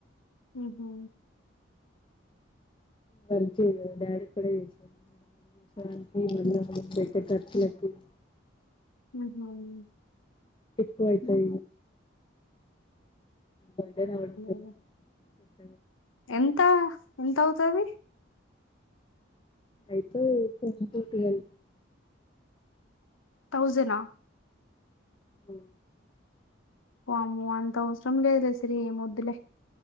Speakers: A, on the left; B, on the left.
A: ఉహ్ హు
B: పరిచిగా డాడీకి గుడ వేసుకో దనికి మనలక్కా
A: ఉమ్,
B: బేటకట్ నెకు <unintelligible>
A: ఉహ్ హవున్
B: ఎక్కువ అయితయి. <inaudible>
A: అదే ఎంత ఎంత అవుతది
B: అయితే <unintelligible>
A: థౌజనా
B: మ్
A: పాము అంత అవసరం లేదు సర ఏ వద్దులే